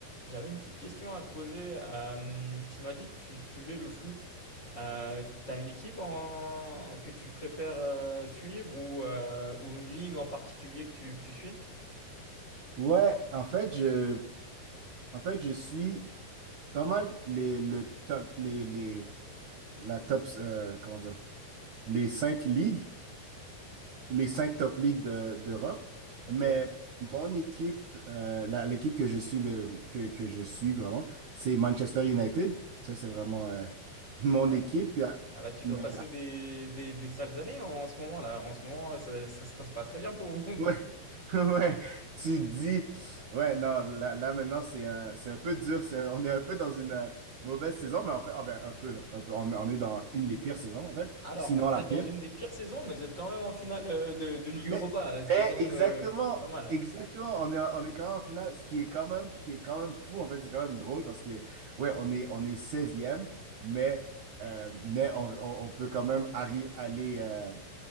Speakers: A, on the left; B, on the right.
A: J'avais une petite question à te poser. Euh, tu m'as dit que tu suivais le foot. Euh, t'as une équipe en- que tu préfères euh, suivre ou, euh, ou une ligue en particulier que tu, que tu suis?
B: Ouais, en fait, je, en fait, je suis pas mal les, le top, les, les, la top, euh, comment dire, les cinq ligues, les cinq top ligues de- d'Europe.
A: Ok.
B: Mais mon équipe, euh, la- l'équipe que je suis le, que, que je suis vraiment, c'est Manchester United. Ça, c'est vraiment, euh, mon
A: Ah
B: équipe.
A: ouais.
B: Puis, euh,
A: Ah bah tu dois passer des, des, des sales années en, en ce moment là. En ce moment, ça, ça se passe pas très bien pour vous.
B: Ouais, <laughs> ouais, tu dis, ouais, non, là, là, maintenant c'est un, c'est un peu dur, c'est- on est un peu dans une euh, mauvaise saison, mais en fait, ah ben un peu, un peu, on, on est dans une des pires saisons en fait,
A: Alors,
B: sinon
A: vous
B: la
A: êtes
B: pire.
A: dans une des pires saisons, mais vous êtes quand même en finale euh, de, de Ligue
B: Mais,
A: Europa, ce
B: mais
A: qui est quand même
B: exactement,
A: euh, pas mal.
B: exactement, on est, on est quand même en finale, ce qui est quand même, qui est quand même fou en fait, c'est quand même drôle parce que, ouais, on est, on est seizième, mais, euh, mais on, on- on peut quand même arri- aller, euh,